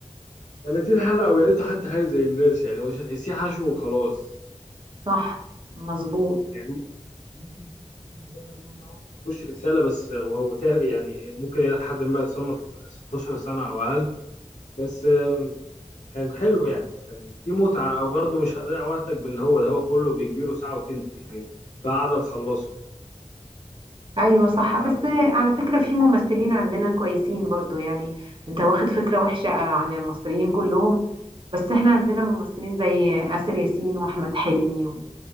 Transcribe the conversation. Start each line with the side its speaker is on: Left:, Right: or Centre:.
Left: 30 حلقة ويا ريته حتى حاجة زي الناس يعني مش هتحسيه حشو وخلاص
Right: صح مظبوط
Left: يعني ممكن ممكن سبايدر مان ده برضه مفيهوش رسالة بس وهو تاه- يعني ممكن إلى حد ما يتصنف 16 سنة أو أقل بس آم، كان حلو يعني كان في متعة برضه مش هضيع وقتك باللي هو ده هو كله بيكبيره ساعة وتلت يعني فقعدة تخلصه
Right: ايوه صح بس
Left: فاهم؟
Right: على فكرة في ممثلين عندنا كويسين برضو يعني انت واخد فكرة وحشة عن المصريين كلهم بس احنا عندنا ممثلين زي آسر ياسين واحمد حلمي و-